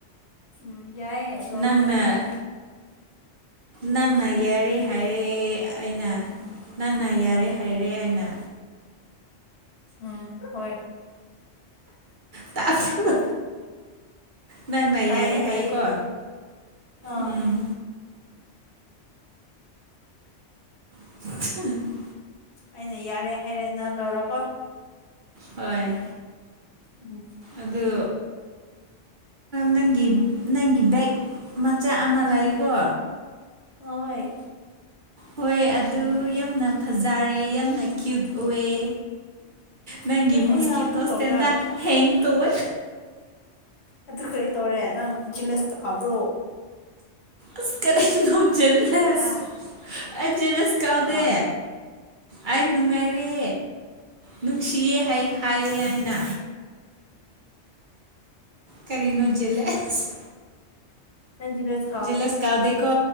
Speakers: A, on the left (about 65°); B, on the right (about 50°).
A: ꯎꯝ ꯌꯥꯏꯌꯦ ꯂꯧꯔꯣ
B: ꯅꯪꯅ
A: ꯀꯩꯅꯣ
B: ꯅꯪꯅ ꯌꯥꯔꯦ ꯍꯥꯏꯔꯦ ꯑꯩꯅ ꯅꯪꯅ ꯌꯥꯔꯦ ꯍꯥꯏꯔꯦ ꯑꯩꯅ
A: ꯑꯥ ꯍꯣꯏ
B: ꯇꯥꯐ꯭ꯔꯣ ꯅꯪꯅ
A: ꯇꯥꯏꯌꯦ
B: ꯌꯥꯔꯦ
A: ꯇꯥꯏꯌꯦ
B: ꯍꯥꯏꯌꯦꯀꯣ
A: ꯑꯥ
B: ꯎꯝ <unintelligible>
A: ꯑꯩꯅ ꯌꯥꯔꯦ ꯍꯥꯏꯔꯦ ꯅꯪ ꯂꯧꯔꯣꯀꯣ
B: ꯍꯣꯏ
A: ꯎꯝ
B: ꯑꯗꯨ ꯅꯪꯒꯤ ꯅꯪꯒꯤ ꯕꯦꯛ ꯃꯆꯥ ꯑꯃ ꯂꯩꯀꯣ
A: ꯍꯣꯏ
B: ꯍꯣꯏ ꯑꯗꯨ ꯌꯥꯝꯅ ꯐꯖꯔꯦ ꯌꯥꯝꯅ ꯀ꯭ꯌꯨꯠ ꯑꯣꯏ ꯅꯪꯒꯤ
A: ꯑꯗꯨ ꯑꯩꯌꯥ
B: ꯃꯣꯁꯀꯤꯇꯣ
A: ꯑꯗꯨꯝ ꯇꯧꯕ꯭ꯔꯥ
B: ꯁꯇꯦꯟꯗ ꯍꯦꯡ ꯇꯧꯋꯦ
A: ꯑꯗꯨ ꯀꯔꯤ ꯇꯧꯔꯦ ꯅꯪ ꯖꯦꯂꯥꯁ ꯀꯥꯕ꯭ꯔꯣ
B: ꯑꯁ ꯀꯔꯤꯅꯣ ꯖꯦꯂꯥꯁ
A: ꯍꯥ
B: ꯑꯩ ꯖꯦꯂꯥꯁ ꯀꯥꯗꯦ
A: ꯀꯥꯕ꯭ꯔꯣ
B: ꯑꯩ ꯅꯨꯡꯉꯥꯏꯔꯦ ꯅꯨꯡꯁꯤꯌꯦ ꯍꯥꯏ ꯍꯥꯏꯌꯦ ꯑꯩꯅ ꯀꯔꯤꯅꯣ ꯖꯦꯂꯁ
A: ꯅꯪ ꯖꯦꯂꯁ‌
B: ꯖꯦꯂꯁ ꯀꯥꯗꯦꯀꯣ